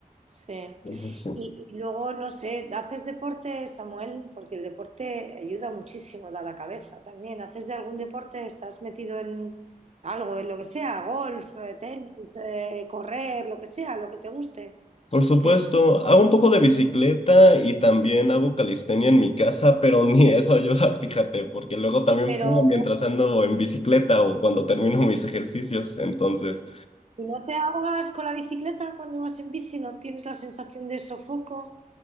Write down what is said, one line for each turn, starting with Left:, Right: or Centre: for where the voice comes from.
Right: Sí.
Left: Entonces, sí.
Right: Y, y luego, no sé, ¿haces deporte, Samuel? Porque el deporte ayuda muchísimo, da la cabeza también. ¿Haces de algún deporte? ¿Estás metido en algo, en lo que sea, golf, eh, tenis, eh, correr, lo que sea, lo que te guste?
Left: Por supuesto,
Right: Que-
Left: hago un poco de bicicleta y también hago calistenia en mi casa, pero <laughs> ni eso ayuda, <laughs> fíjate, porque luego también
Right: pero
Left: fumo mientras ando en bicicleta o cuando termino mis ejercicios. Entonces,
Right: si no te ahogas con la bicicleta cuando vas en bici, no tienes la sensación de sofoco.